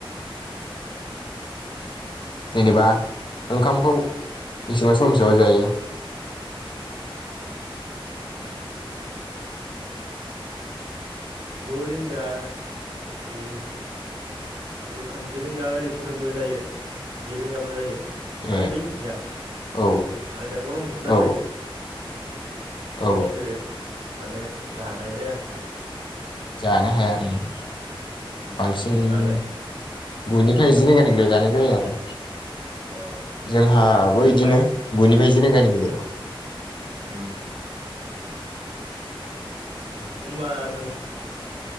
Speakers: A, on the left; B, on the right.
A: जेनेबा ओंखामखौ बेसेबां समसेयाव जायो।
B: गु रिंगा गु गु थामजि रिंगा ओरिफोरबो जायो जि रिंगाबो जायो। माने
A: ए
B: लिमिट गैया
A: औ
B: माने दा गरम बोथोर नालाय
A: औ औ
B: गरमदो माने जानाय जाया आरो थाब
A: जानो हाया आं
B: उम
A: बांसिन
B: नोंनालाय
A: गुनिफ्राय
B: ए
A: जि रिंगानि
B: नोंसालाय
A: गेजाव जानाय जायो आरो
B: अ
A: जोंहाबो
B: नोंलाय
A: इदिनो गुनिफ्राय जि रिंगानि गेजेराव
B: हम न होमबा हेल'